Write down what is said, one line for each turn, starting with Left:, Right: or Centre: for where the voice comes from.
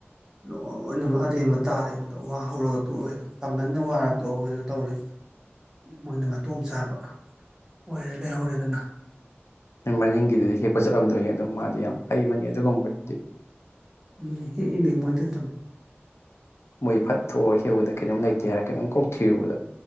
Right: ꯂꯣꯏꯅꯃꯛ ꯑꯔꯦꯝꯕ ꯇꯥꯔꯦ ꯑꯩꯉꯣꯟꯗ ꯋꯥ ꯍꯧꯔꯒ ꯇꯣꯛꯂꯦ ꯑꯗꯨꯝ ꯄꯪꯒꯟꯗ ꯋꯥꯔ ꯇꯣꯛꯍꯋꯦꯗꯣ ꯇꯧꯔꯤ ꯃꯣꯏꯅ ꯃꯇꯣꯡ ꯆꯥꯕ ꯑꯣꯏꯔꯦ ꯂꯩꯍꯧꯔꯦꯗꯅ
Left: ꯃꯅꯤꯡꯒꯤꯗꯨꯗꯤ ꯍꯦꯛꯄ ꯆꯠꯂꯝꯗꯣꯏꯅꯤ ꯑꯗꯨꯝ ꯃꯥꯗꯤ ꯌꯥꯝ ꯍꯩꯕꯅꯤ ꯑꯗꯨꯒꯨꯝꯕꯗꯤ
Right: ꯎ ꯍꯦ ꯏꯅꯦ ꯃꯣꯏꯗꯤ ꯑꯗꯨꯝ
Left: ꯃꯣꯏ ꯐꯠꯊꯣꯛꯑꯒ ꯍꯦꯎꯨꯗ ꯀꯩꯅꯣꯝꯇꯦ ꯍꯥꯏꯔ ꯀꯩꯅꯣꯝ ꯀꯣꯛ ꯊꯤꯔꯨꯕꯗ